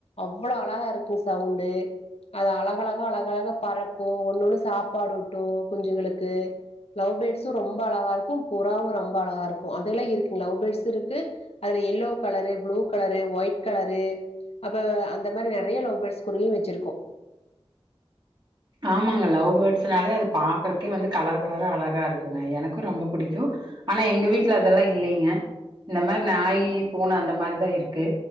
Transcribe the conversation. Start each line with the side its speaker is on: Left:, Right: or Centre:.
Left: அவ்ளோ அழகா இருக்கு சவுண்டு அது அழகழகா அழகழகா பறக்கு ஒண்ணு ஒண்ணு சாப்பாடு ஊட்டு குஞ்சுகளுக்கு லவ் பேட்ஸு ரொம்ப அழகா இருக்கு புறாவு ரொம்ப அழகா இருக்கு அதெல்லா இருக்கு லவ் பேட்ஸ் இருக்கு அதுல yellow colour blue colour white colour து அப்ப அந்த மாரி நெறைய லவ் பேட்ஸ் குருவியு வச்சிருக்கோ
Right: ஆமாங்க லவ் பேட்ஸ்னாலே அது பாக்கறக்கே வந்து கலர் கலரா அழகா இருக்குங்க எனக்கு ரொம்ப புடிக்கு ஆனா எங்க வீட்ல அதெல்லா இல்லைங்க இந்த மாரி நாய் பூனை அந்த மாரிதா இருக்கு